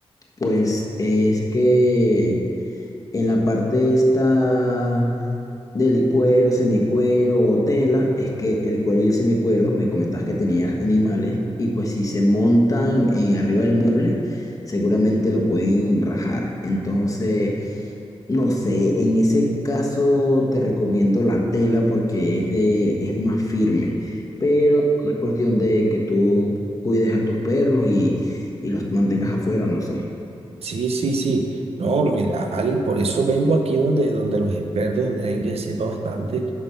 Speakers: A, on the left; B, on the right.
A: pues es que en la parte esta del cuero, semicuero o tela, es que el cuero y el semicuero, me comentabas que tenías animales, y pues si se montan en arriba del mueble, seguramente lo pueden rajar. Entonces, no sé, en ese caso te recomiendo la tela porque es de, es más firme, pero es cuestión de que tú cuides a tus perros y, y los mantengas afuera, no sé.
B: Sí, sí, sí. No, lo ideal, por eso vengo aquí donde, donde los expertos, donde alguien que sepa bastante,